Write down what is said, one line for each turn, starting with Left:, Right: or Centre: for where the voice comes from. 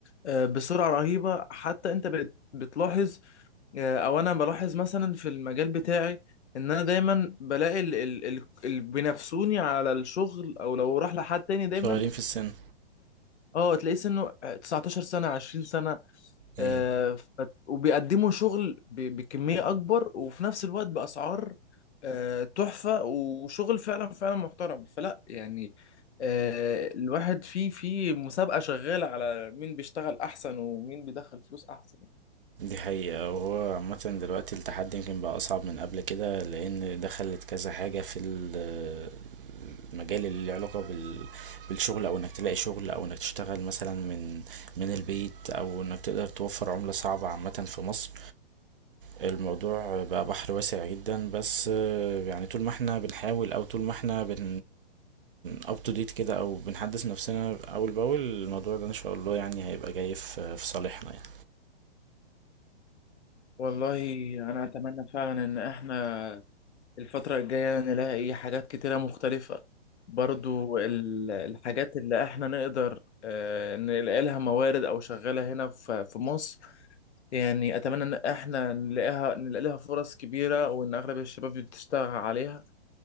Left: آه، بسرعة رهيبة حتى انت بت- بتلاحظ آه، او انا بلاحظ مثلا في المجال بتاعي ان انا دايما بلاقي ال ال ال اللي بينافسوني على الشغل او لو راح لحد تاني دايما
Right: صغيرين في السن
Left: اه تلاقيه سنه 19 سنة 20 سنة
Right: هي
Left: آه، ف- وبيقدموا شغل ب- بكمية أكبر وفي نفس الوقت بأسعار آه، تحفة وشغل فعلا فعلا محترم فلا يعني آه، الواحد في في مسابقة شغالة على مين بيشتغل أحسن ومين بيدخل فلوس أحسن
Right: دي حقيقة وهو عامة دلوقتي التحدي يمكن بقى أصعب من قبل كده لأن دخلت كذا حاجة في ال مجال اللي له علاقة بال... بالشغل او انك تلاقي شغل او انك تشتغل مثلا من من البيت او انك تقدر توفر عملة صعبة عامة في مصر الموضوع بقى بحر واسع جدا بس آه، يعني طول ما احنا بنحاول او طول ما احنا بن اب تو ديت كده او بنحدث نفسنا اول باول الموضوع ده ان شاء الله يعني هيبقى جاي في في صالحنا يعني
Left: والله أنا أتمنى فعلا إن إحنا الفترة الجاية نلاقي حاجات كتيرة مختلفة برضو ال- الحاجات اللي احنا نقدر آه، نلاقي لها موارد او شغالة هنا في في مصر يعني اتمنى ان احنا نلاقيها نلاقي لها فرص كبيرة وان اغلب الشباب بتشتغل عليها